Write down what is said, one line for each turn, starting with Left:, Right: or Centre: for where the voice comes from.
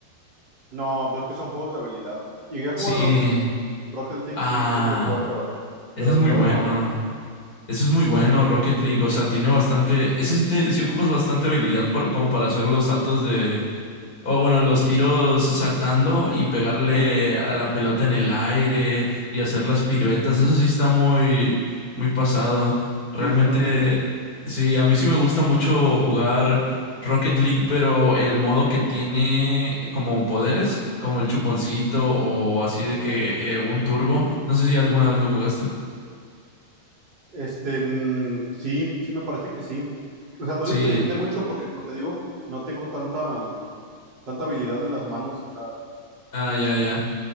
Right: No, pues es que son juegos de habilidad. Llegué a jugar
Left: Sí.
Right: Rocket League. Rocket League
Left: Ah,
Right: sí, sí lo llegué a jugar, pero,
Left: ese
Right: pero
Left: es
Right: el
Left: muy
Right: LOL
Left: bueno.
Right: no.
Left: Eso es muy bueno, Rocket League. O sea, tiene bastante. Ese sí te sí ocupas bastante habilidad por, como para hacer los saltos de. O bueno, los tiros saltando y pegarle
Right: Sí,
Left: a la pelota en el aire y hacer las piruetas. Eso sí está muy, muy pasado. Realmente,
Right: sí, sí está bien difícil.
Left: sí, a mí sí me gusta mucho jugar Rocket League, pero el modo que tiene como poderes, como el chuponcito o así de que eh, un turbo. No sé si alguna vez lo jugaste.
Right: Este, mm, sí, sí me parece que sí. O sea, no
Left: Sí,
Right: lo experimenté mucho porque, como te digo, no tengo tanta, tanta habilidad en las manos. O sea,
Left: ah,
Right: mm,
Left: ya, ya.